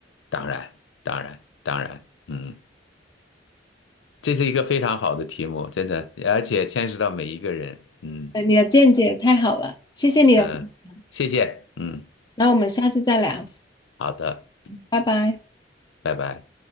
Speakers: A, on the left; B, on the left.
A: 当然，当然，当然，嗯，这是一个非常好的题目，真的，而且牵涉到每一个人，嗯
B: 嗯你的见解太好了，谢谢你的分享
A: 嗯，谢谢，嗯，
B: 那我们下次再聊，
A: 好的，
B: 拜拜。
A: 拜拜。